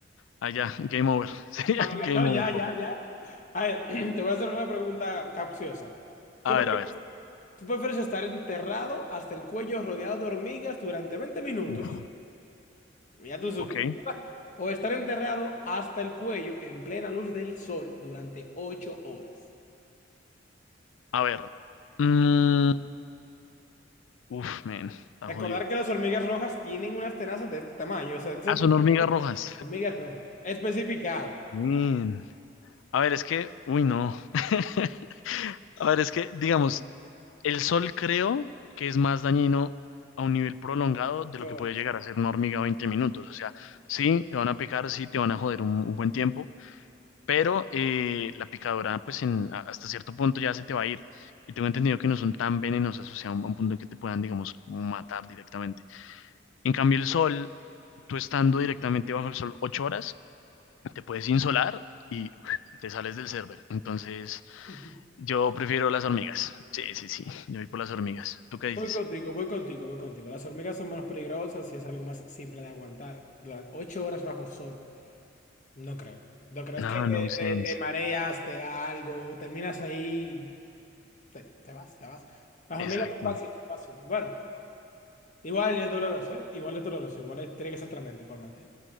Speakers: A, on the left (about 80°); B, on the left (about 40°).
A: Allá, game over. <laughs> Sería
B: Habla-
A: game
B: No,
A: over,
B: ya,
A: papá.
B: ya, ya. A ver, <clears throat> te voy a hacer una pregunta capciosa. ¿Qué
A: A
B: prefieres?
A: ver, a ver.
B: ¿Tú prefieres estar enterrado hasta el cuello rodeado de hormigas durante 20 minutos?
A: Uf.
B: Ya tú supes.
A: Ok,
B: O estar enterrado hasta el cuello en plena luz del sol durante 8 horas.
A: a ver. Mm, Uf, men, está
B: Recordar
A: jodido.
B: que las hormigas rojas tienen unas tenazas de este tamaño. O sea, esto
A: Ah,
B: es
A: son
B: para
A: hormigas rojas.
B: hormigas rojas. Especificado.
A: Men. A ver, es que, uy, no. <laughs> A ver, es que, digamos, El sol creo que es más dañino a un nivel prolongado de
B: Ocho
A: lo que
B: horas.
A: puede llegar a ser una hormiga 20 minutos. O sea, sí, te van a picar, sí, te van a joder un, un buen tiempo, pero eh, la picadora, pues en- a- hasta cierto punto ya se te va a ir. Y tengo entendido que no son tan venenosas, o sea, a un, a un punto en que te puedan, digamos, matar directamente. En cambio, el sol, tú estando directamente bajo el sol 8 horas, te puedes insolar y <clears throat> te sales del server. Entonces,
B: <laughs>
A: yo prefiero las hormigas. Sí, sí, sí, yo voy por las hormigas. ¿Tú qué dices?
B: Voy contigo, voy contigo, voy contigo. Las hormigas son menos peligrosas y es algo más simple de aguantar durante 8 horas bajo sol. No creo. No creo, es
A: No,
B: que te,
A: no
B: te-
A: sense.
B: te mareas, te da algo, terminas ahí, te, te vas, te vas. Las
A: Exacto.
B: hormigas son fáciles, son fáciles. Bueno, igual es doloroso, ¿eh? Igual es doloroso, igual es- tiene que ser tremendo, igualmente.